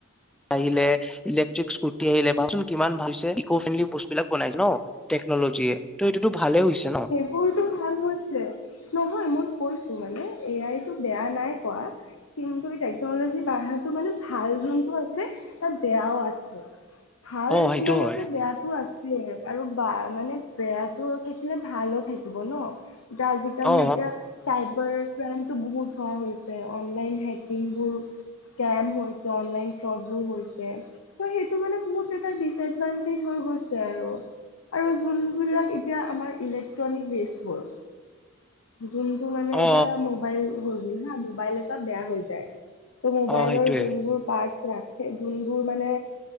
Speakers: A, in the centre; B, on the left.
A: আহিলে ইলেক্ট্ৰিক স্কুটি আহিলে ভাবচোন কিমান ভাল ইকো ফ্ৰেণ্ডলি বস্তু বিলাক বনাইছে ন। টেকনলজিয়ে ত' এইটোতো ভালে হৈছে ন।
B: বহুতো ভাল হৈছে। নহয় মই কৈছো মানে এ আইটো বেয়া নাই কোৱা। কিন্তু টেকনলজি বাঢ়াটো মানে ভাল যোনটো আছে তাত বেয়াও আছে। ভাল
A: অ সেইটো
B: যিমান
A: হয়
B: আছে বেয়াটো আছে আৰু বা মানে বেয়া টো থাকিলে ভালো থাকিব ন এতিয়া আজিকালি
A: অ
B: এতিয়া- চাইবাৰ ক্ৰাইমটো বহুত হোৱা হৈছে অনলাইন হেকিংবোৰ। কেম হৈছে অনলাইন ফ্ৰডবোৰ হৈছে। ত সেইটো মানে বহুত এটা ডিচএডভানটেজ হৈ গৈছে আৰু, আৰু যোনবিলাক- এতিয়া আমাৰ ইলেক্ট্ৰনিক ৱেষ্টবোৰ। যোনটো মানে এতিয়া
A: অ
B: মোবাইল হৈ গৈ মোবাইল এটা বেয়া হৈ যায়। ত মোবাইলৰ
A: অ অ সেইটোয়ে
B: যোনবোৰ পাৰ্ট ৰাখে যোনবোৰ মানে